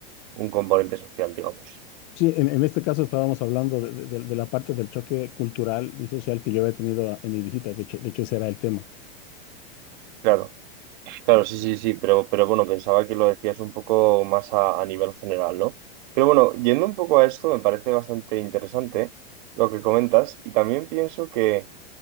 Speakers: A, on the right; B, on the left.
A: un componente social, digamos.
B: Sí, en, en este caso estábamos hablando de, de- de- de la parte del choque cultural y social que yo había tenido en mi visita, de hecho, de hecho ese era el tema.
A: Claro. Claro, sí, sí, sí, pero, pero bueno, pensaba que lo decías un poco más a, a nivel general, ¿no? Pero bueno, yendo un poco a esto, me parece bastante interesante lo que comentas y también pienso que,